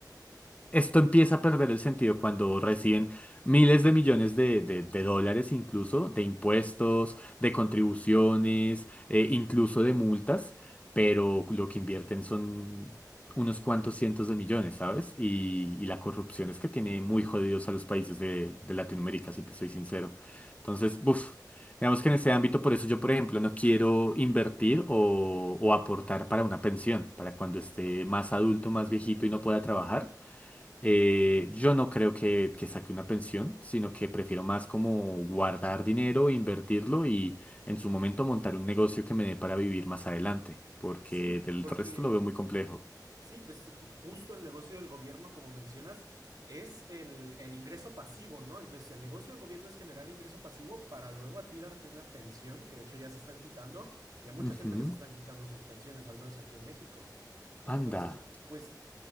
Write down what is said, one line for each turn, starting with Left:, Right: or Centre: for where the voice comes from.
Left: esto empieza a perder el sentido cuando reciben miles de millones de, de- de dólares incluso, de impuestos, de contribuciones, eh, incluso de multas, pero lo que invierten son unos cuantos cientos de millones, ¿sabes? Y, y la corrupción es que tiene muy jodidos a los países de, de Latinoamérica, si te soy sincero. Entonces, buf. Digamos que en ese ámbito, por eso yo, por ejemplo, no quiero invertir o, o aportar para una pensión, para cuando esté más adulto, más viejito y no pueda trabajar. Eh, yo no creo que, que saque una pensión, sino que prefiero más como guardar dinero, invertirlo y en su momento montar un negocio que me dé para vivir más adelante, porque
Right: Sí,
Left: del
Right: porque,
Left: resto lo veo muy complejo.
Right: sí, pues ju- justo el negocio del gobierno, como mencionas, es el, el ingreso pasivo, ¿no? Entonces, el negocio del gobierno es generar ingreso pasivo para luego a ti darte una pensión, que de hecho ya se están quitando, y a mucha
Left: Ujú.
Right: gente les están quitando sus pensiones, al menos aquí en México. Entonces,
Left: Anda.
Right: pues